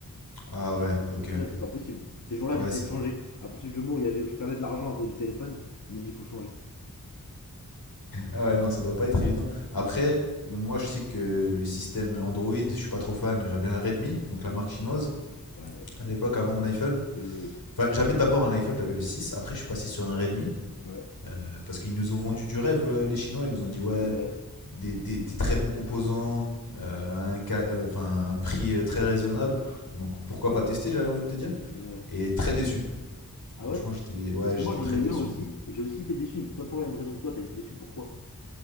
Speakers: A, on the left (about 75°); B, on the left (about 60°).
A: Ah
B: Ça,
A: ouais,
B: c'est-
A: ok.
B: et ça, c'est pas possible. Ces jours-là,
A: Ouais,
B: j'essayais
A: c'est
B: de
A: pas...
B: changer. À partir du moment où, il y avait, où je perdais de l'argent à cause du téléphone, je me dis, il faut changer.
A: Ah ouais, non, ça doit pas être évident. Après,
B: Non, non.
A: moi, je sais que le système Android, je suis pas trop fan. J'avais un Redmi, donc la marque chinoise,
B: Ouais, c'est...
A: à l'époque, avant mon iPhone.
B: Oui, oui.
A: Enfin, j'avais d'abord un iPhone, j'avais le 6. Après, je suis passé sur un Redmi,
B: oui. Ouais,
A: euh, parce qu'ils nous ont vendu du rêve, euh, les Chinois. Ils nous ont dit, ouais,
B: c'est vrai.
A: des, des- des très bons composants, euh, un, ca- euh, enfin, un prix euh, très raisonnable. Donc, pourquoi pas tester, j'avais envie de te dire.
B: Ouais. ouais.
A: Et très déçu.
B: Ah
A: Franchement,
B: ouais?
A: j'étais ouais,
B: Parce que
A: j'étais
B: moi, j'en
A: très
B: ai eu
A: déçu.
B: un aussi, et j'ai aussi été déçu, mais peut-être pas pour la même raison que toi, t'as été déçu, pourquoi?